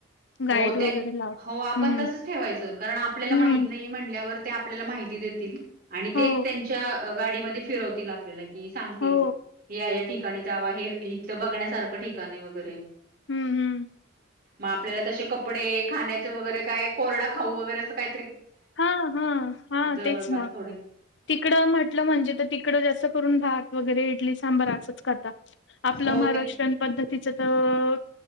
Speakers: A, on the left; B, on the right.
A: गाईड
B: हो
A: वगैरे लाव
B: आपण
A: हम्म
B: तसच ठेवायचं कारण आपल्याला
A: हम्म
B: माहित नाही म्हटल्यावर.. ते आपल्याला माहिती देतील. आणि तेच
A: हो
B: त्यांच्या.. गाडीमध्येध्ये फिरवतील आपल्याला. की सांगतील
A: हो
B: हे ठिकाणी जावा हे इथलं बघण्यासारखं ठिकाणी वगैरे..
A: हम्म हम्म
B: माप आपल्याला तसे कपडे खाण्याच वगैरे काय कोरडा खाऊ वगैरे असं काय.
A: हा हा हा
B: जवळपास
A: तेच ना
B: थोडे
A: तिकडं म्हटलं म्हणजे तर तिकडं जस. करून भात वगैरे इडली सांबर.. आप
B: हो
A: म
B: ती
A: प तिच तर